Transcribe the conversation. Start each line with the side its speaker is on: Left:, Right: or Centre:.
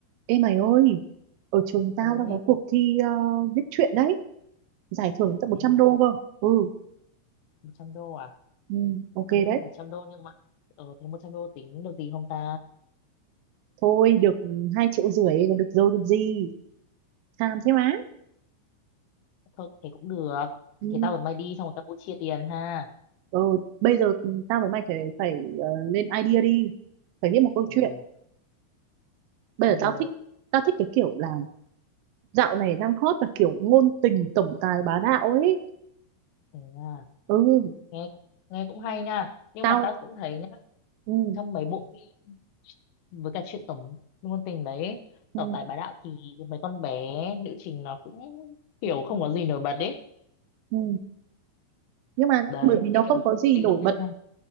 Right: Ê mày ơi, ở trường tao
Left: ơi
Right: đang có cuộc thi ờ, viết truyện đấy, giải thưởng
Left: ủa
Right: tận một
Left: thế
Right: trăm
Left: hả
Right: đô cơ. Ừ,
Left: 100 đô à
Right: ừ, ok
Left: ơi
Right: đấy.
Left: 100 đô nhưng mà ờ thế 100 đô tính được gì không ta
Right: Thôi được 2 triệu rưỡi là được rồi được gì. Tham thế má.
Left: thôi thế cũng được
Right: Ừ.
Left: thế tao với mày đi xong rồi Campuchia tiền ha
Right: Rồi, bây giờ tao với mày phải phải ờ, lên idea đi. Phải viết một câu
Left: ừ
Right: chuyện. Bây
Left: bây
Right: giờ
Left: giờ
Right: tao thích tao thích cái kiểu là dạo này đang hot là kiểu ngôn tình tổng tài bá đạo ấy.
Left: thế à
Right: Ừ,
Left: nghe nghe cũng hay nha nhưng
Right: tao
Left: mà tao cũng thấy nhá
Right: ừ,
Left: trong mấy bộ phim với cả chuyện tổng ngôn tình đấy
Right: ừ,
Left: tổng tài bá đạo thì mấy con bé nữ chính nó cũng kiểu không có gì nổi bật đấy
Right: ừ. Nhưng mà
Left: đấy
Right: bởi vì nó
Left: như
Right: không
Left: kiểu
Right: có gì
Left: tình
Right: nổi
Left: lỗi
Right: bật
Left: em ha